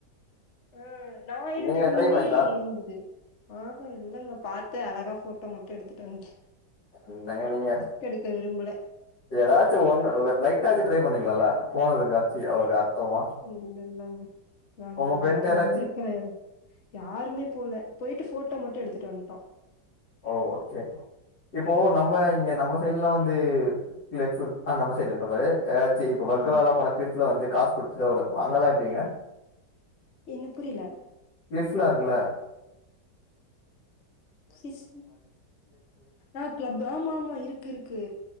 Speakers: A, on the left; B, on the left.
A: ஆ நா இருந்த
B: நீங்க
A: ரூம்லயே
B: ட்ரை பண்ணீங்களா
A: இருந்தது ஆ ஹ இல்லங்க பாத்து அழகா போட்டோ மட்டும் எடுத்துட்டு வந்ட்டேன்
B: என்னங்க நீங்க
A: கெடுக்க விரும்பல
B: ஏதாச்சும் ஒண்ணு லைட்டாச்சு ட்ரை பண்ணிக்களால இல்ல ஃபோன் இருக்காச்சு ஒரு
A: அ
B: அர்த்தமா
A: இல்ல இல்லங்க வோணா
B: உங்க
A: வேணா
B: ஃப்ரெண்ட்
A: அப்புறோ
B: யாராச்சு
A: நம்ம இருக்கிற இடத்து யாருமே போல போயிட்டு ஃபோட்டோ மட்டு எடுத்துட்டு வந்ட்டோ
B: ஓ ஓகே இப்போ நம்ம இங்க நம்ப சைடுல்லா வந்து லெட் ஃபுல் அ நம்ம சைடுன்ற பாறு எதாச்சி இப்ப வொர்க்கலால்லா
A: ம்.
B: போன கிஃப்ல வந்து காச கொடுத்துதா உள்ள ஃபோனு வாங்கல்லா எப்டிங்க
A: என்ன புரியல
B: கிஃப்லா இருக்குல
A: சிஸ் ஆ கிளப் ஆமா ஆமா இருக்கு இருக்கு